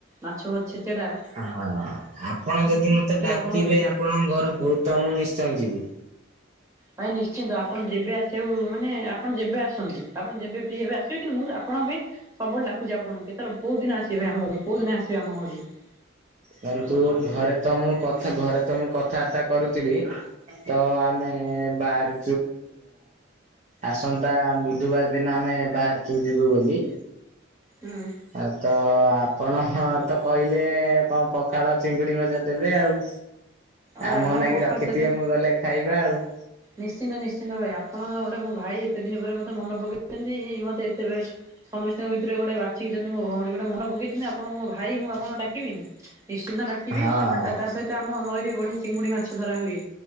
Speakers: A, on the right; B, on the right.
A: ମାଛ ଛେଚେଡ଼ା
B: ହଁ ଆପଣ ଯଦି ମତେ ଡାକିବେ
A: ଆପଣଙ୍କୁ ଦେବି।
B: ଆପଣଙ୍କ ଘରକୁ ତ ମୁଁ ନି ଶ୍ଚୟ ଯିବି।
A: ଭାଇ ନିଶ୍ଚିନ୍ତ ଆପଣ ଯେବେ ଆସିବାକୁ ମାନେ ଆପଣ ଯେବେ ଆସନ୍ତୁ ଆପଣ ଯେବେ ପିବେ ଆସ କିନ୍ତୁ ମୁଁ ଆପଣ ପାଇଁ ସବୁ ବେଳେ ଡାକୁଛି ଆପଣଙ୍କୁ କେତଳେ କୋଉ ଦିନ ଆସିବେ ଆମର କୋଉ ଦିନ ଆସିବ ଆମ ଘରୁକୁ।
B: ତାଲେ ତୁ ଘରେ ତ ମୁଁ ଘରେ ତ ମୁଁ କଥାବାର୍ତ୍ତା କରୁଥିଲି ତ ଆମେ ବାହ ଆସନ୍ତା ବୁଧବାର ଦିନ ଆମେ ବାହାରାରୁଛୁ ଯିବୁ ବୋଲି।
A: ହଁ।
B: ଆଉ ତ ଆପଣ ହ ତ କହିଲେ କଣ ପଖାଳ ଚିଙ୍ଗୁଡି ଭଜା ଦେବେ ଆଉ।
A: ଭାଇ
B: ଆଉ ମୋ
A: ଆପଣ
B: ନାକି
A: ପଖାଳ
B: ରଖିଥିବେ
A: ସହିତ
B: ମୁଁ ଗଲେ ଖାଇବା ଆଉ।
A: ନିଶ୍ଚିନ୍ତ ନିଶ୍ଚିନ୍ତ ଭାଇ ଆପଣ ଗୋଟେ ମୋ ଭାଇ ଏତେ ଦିନ ପରେ ମତେ ମନ ପକେଇଛନ୍ତି ମତେ ଏତେ ବେଷ୍ ସମସ୍ତଙ୍କ ଭିତରେ ଗୋଟେ ବାଛିକିଛନ୍ତି ମୋ ଭଉଣୀ ଗୋଟେ ମନେ ପକେଇଛନ୍ତି ଆପଣଙ୍କୁ ମୋ ଭାଇ ମୁଁ ଆପଣଙ୍କୁ ଡାକିବିନି। ନିଶ୍ଚିନ୍ତ ଡାକିବି
B: ହଁ
A: ଆଉ ତା ସହିତ ଆମ ନଈରେ ବଢିଆ ଚିଙ୍ଗୁଡି ମାଛ ଧରା ହୁଏ।